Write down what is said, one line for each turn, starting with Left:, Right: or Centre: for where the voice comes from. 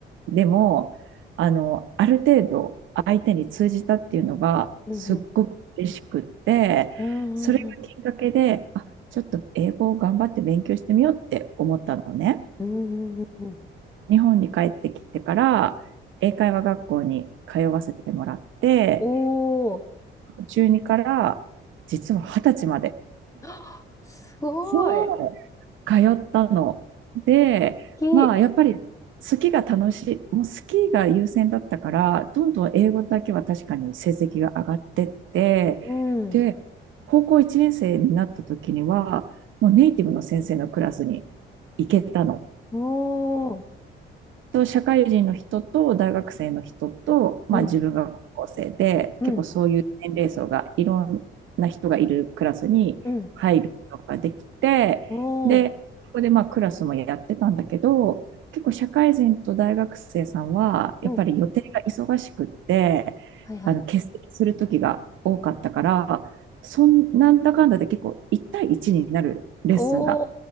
Right: でも、あの、ある程度相手に通じたっていうのがすっごく嬉しくって、
Left: うんうん、うんうん、
Right: それがきっかけで、あ、ちょっと英語を頑張って勉強してみようって思ったのね。
Left: うんうん、うんうん、
Right: 日本に帰ってきてから、英会話学校に通わせてもらって、
Left: おお、
Right: 中2から実は20歳まで。
Left: あすごい。
Right: そう通ったの。で、
Left: き、
Right: まあ、やっぱりスキーが楽しい、もうスキーが優先だったから、どんどん英語だけは確かに成績が上がってって、
Left: うん。
Right: で、高校1年生になった時には、もうネイティブの先生のクラスに行けたの。
Left: おー。
Right: と社会人の人と大学生の人と、まあ、
Left: うん。
Right: 自分が高校生で結構そういう年齢層がいろんな人がいるクラスに入ることができてでそこでまあクラスもやってたんだけど結構社会人と大学生さんはやっぱり予定が忙しくってあの欠席する時が多かったからそんなんだかんだで結構1対1になるレッスンが
Left: うん。うん。おー。うん。はいはい。お